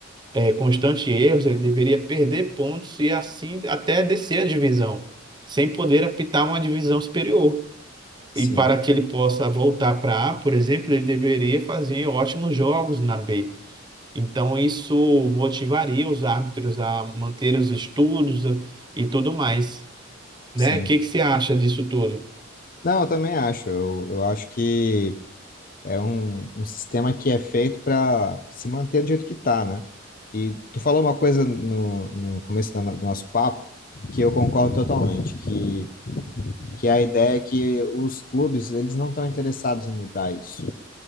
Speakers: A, on the right; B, on the left.
A: é, constantes erros, ele deveria perder pontos e assim até descer a divisão, sem poder apitar uma divisão superior.
B: sim,
A: E para que ele possa voltar para A, por exemplo, ele deveria fazer ótimos jogos na B. Então, isso motivaria os árbitros a manter os estudos e tudo mais, né?
B: sim.
A: O que que você acha disso tudo?
B: Não, eu também acho. Eu, eu acho que É um, um sistema que é feito para se manter do jeito que tá, né? E tu falou uma coisa no, no começo da no- do nosso papo que eu concordo totalmente, que, que a ideia é que os clubes, eles não estão interessados em mudar isso.